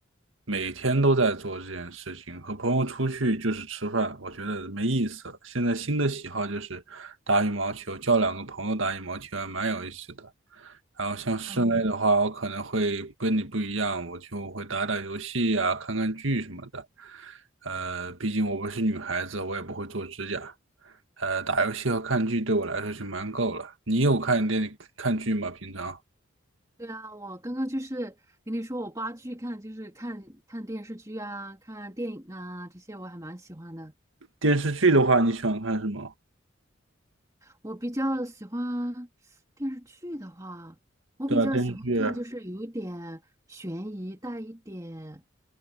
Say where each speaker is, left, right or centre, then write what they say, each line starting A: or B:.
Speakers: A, on the right; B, on the right.
A: 每天都在做这件事情。和朋友出去就是吃饭，我觉得没意思了。现在新的喜好就是打羽毛球，叫两个朋友打羽毛球还蛮有意思的。然后像室内的话，
B: 哦，
A: 我可能会跟你不一样，我就会打打游戏呀、看看剧什么的。呃，毕竟我不是女孩子，我也不会做指甲。呃，打游戏和看剧对我来说就蛮够了。你有看电看剧吗？平常？
B: 对啊，我刚刚就是跟你说，我八剧看就是看看电视剧啊，看电影啊，这些我还蛮喜欢的。
A: 电视剧的话，你喜欢看什么？
B: 我比较喜欢电视剧的话，我比较喜欢看就是有一点悬疑，
A: 对啊，电视剧
B: 带一点